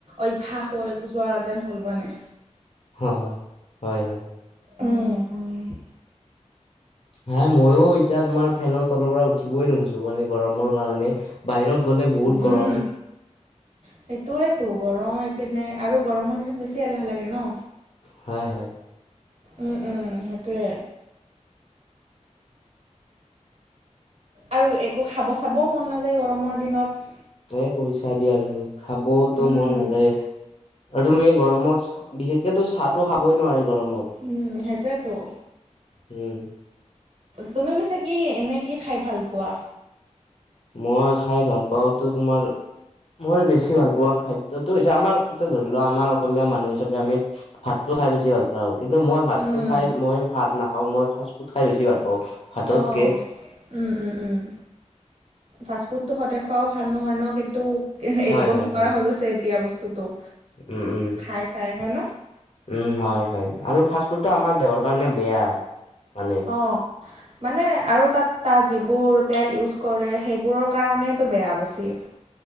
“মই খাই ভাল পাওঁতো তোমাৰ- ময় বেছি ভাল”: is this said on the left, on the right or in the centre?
Left